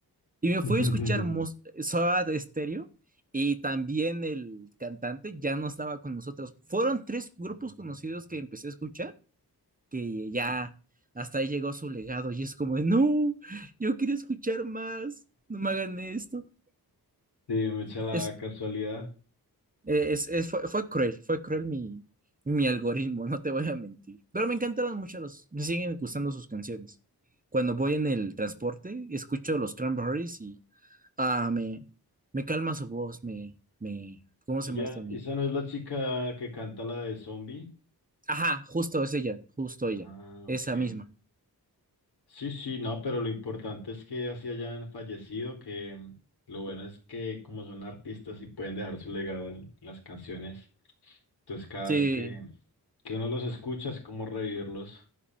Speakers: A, on the right; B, on the left.
A: Y me fui
B: <laughs>
A: a escuchar mus- Soda Stereo y también el cantante ya no estaba con nosotros. Fueron tres grupos conocidos que empecé a escuchar, que ya hasta ahí llegó su legado y es como, de, no, yo quiero escuchar más, no me hagan esto.
B: Sí, me echa la
A: Es,
B: casualidad.
A: eh, es, es- fue, fue cruel, fue cruel mi, mi algoritmo, no te voy a mentir. Pero me encantaron mucho los, me siguen gustando sus canciones. Cuando voy en el transporte, escucho los Cranberries y Ah, me, me calma su voz, me, me, ¿cómo se
B: Ella,
A: llama esto? Me,
B: esa no es la chica que canta la de Zombie.
A: ajá, justo es ella, justo ella,
B: Ah, ok.
A: esa misma.
B: Sí, sí, no, pero lo importante es que así hayan fallecido, que mm, lo bueno es que como son artistas y pueden dejar su legado en las canciones, entonces cada
A: Sí,
B: vez que, que uno los escucha es como revivirlos.